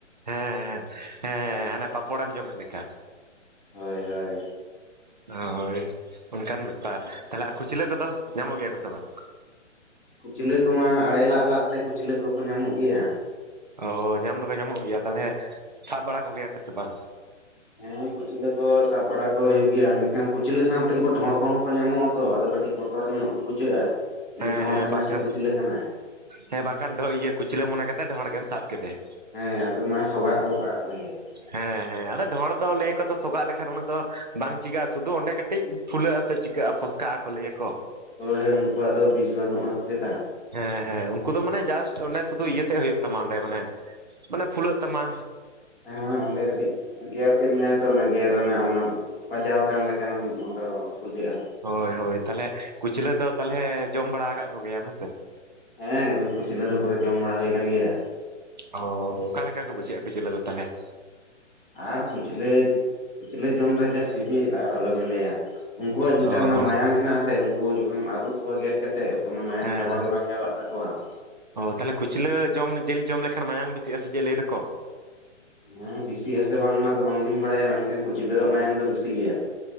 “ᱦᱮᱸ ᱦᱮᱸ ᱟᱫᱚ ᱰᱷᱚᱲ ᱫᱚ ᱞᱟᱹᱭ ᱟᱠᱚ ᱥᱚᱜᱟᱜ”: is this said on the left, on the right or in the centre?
Right